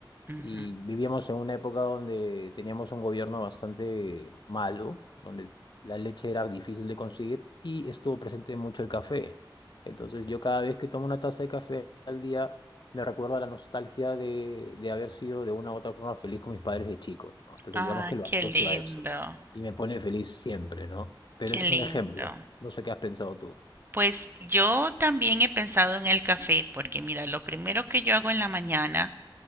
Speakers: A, on the right; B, on the left.
A: ujú.
B: Y vivíamos en una época donde teníamos un gobierno bastante malo, donde la leche era difícil de conseguir y estuvo presente mucho el café. Entonces yo cada vez que tomo una taza de café al día me recuerdo a la nostalgia de, de haber sido de una u otra forma feliz con mis padres de chico, ¿no? Entonces
A: Ah,
B: digamos que lo
A: qué
B: asocio
A: lindo,
B: a eso y me pone feliz siempre, ¿no? Pero
A: qué
B: ese es
A: lindo.
B: un ejemplo. No sé qué has pensado tú.
A: Pues yo también he pensado en el café, porque mira, lo primero que yo hago en la mañana